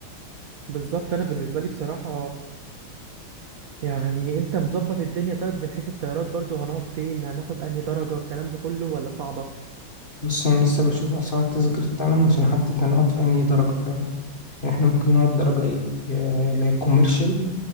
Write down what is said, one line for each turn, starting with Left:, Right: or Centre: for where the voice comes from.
Right: بالظبط انا بالنسبة لي بصراحة يعني انت مظبط الدنيا طيب من حيث الطيارات برضو هنقعد فين هناخد انهي درجة الكلام ده كله ولا صعبة
Left: بص انا لسه بشوف اسعار تذاكر التعلم عشان احدد انا اقعد في انهي درجه فاهم احنا ممكن نقعد درجة ايه يا- اللي هي كوميرشال